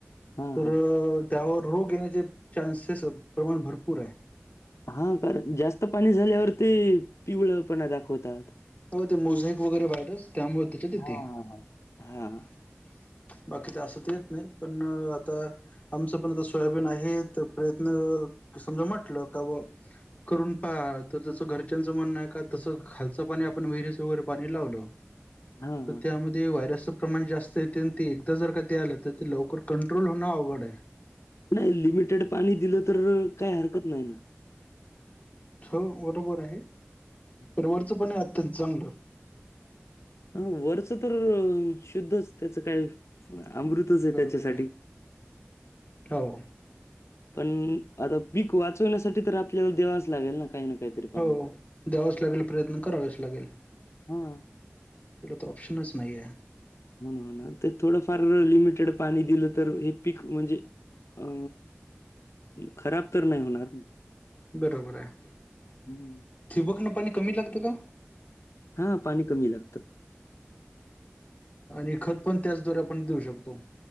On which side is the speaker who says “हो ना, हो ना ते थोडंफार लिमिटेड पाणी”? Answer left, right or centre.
Left